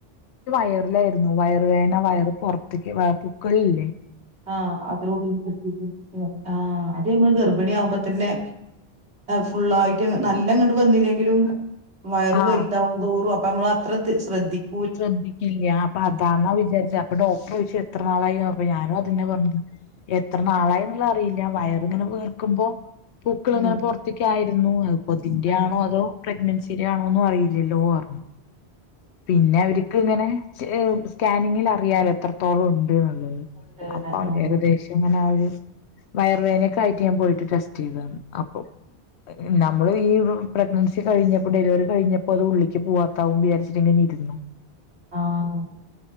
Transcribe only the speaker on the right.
ആഹ് <unintelligible> ആ അത് നമ്മൾ ഗർഭിണി ആകുമ്പോ തന്നെ ഫുള്ളായിട്ട് നല്ലങ്ങിട്ട് വന്നില്ലെങ്കിലും വയറ് വൽതാകും
തോറും അപ്പ് അപ്പ നമ്മൾ അത്ര തി ശ്രദ്ധിക്ക
ഉം
ഉം
ണ്ട്ലെ
ആഹ്
ആഹ്